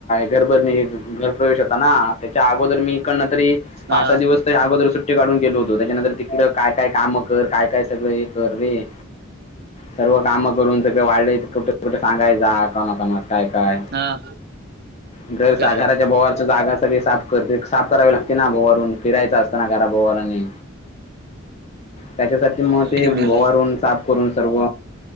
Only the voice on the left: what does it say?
घरबर घरप्रवेश होता ना. त्याच्या अगोदर मी इकडन तरी
पाच सहा दिवस अगोदर सुट्टी काढून गेलो होतो, त्याच्यानंतर तिकडं काय-काय काम कर, काय-काय सगळं हे कर रे- सर्व कामं करून सगळे वाळलय कुठे कुठे सांगायचा. कणा-कणाच काय- काय
घर घराच्या
भोवरच्या जागा सगळी साफ करते. साफ करावी लागते ना भोववरून, किडा येत असतना घरा भोवारने. त्याच्यासाठी मग
ते
भोवारून
साफ करून सर्व,